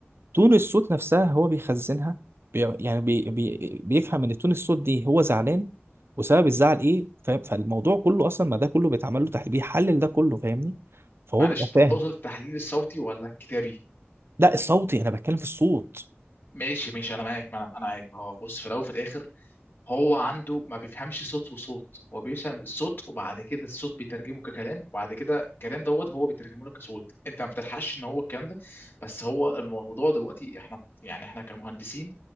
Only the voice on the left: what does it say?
معلش
انت
تقصد التحليل الصوتي ولا الكتابي؟
ماشي ماشي انا معاك ما انا أنا معاك ما هو بص في الاول وفي الاخر هو عنده ما بيفهمش صوت وصوت هو بيفهم الصوت وبعد كده الصوت بيترجمه ككلام وبعد كده الكلام دوت هو بيترجمه لك كصوت انت ما بتلحقش ان هو الكلام ده بس هو الموضوع دلوقتي احنا يعني احنا كمهندسين